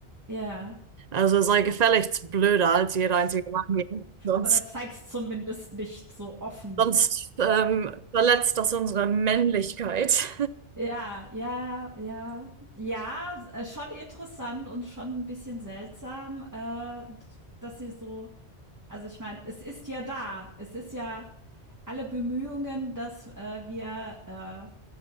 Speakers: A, on the right; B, on the right.
A: Ja.
B: Also sei gefälligst blöder als jeder einzige Mann hier. Sonst,
A: Oder zeigst zumindest nicht so offen.
B: sonst ähm, verletzt das unsere Männlichkeit.
A: Ja, ja, ja. Ja, äh, schon interessant und schon ein bisschen seltsam, äh, dass sie so, also ich meine, es ist ja da. Es ist ja alle Bemühungen, dass äh, wir, äh,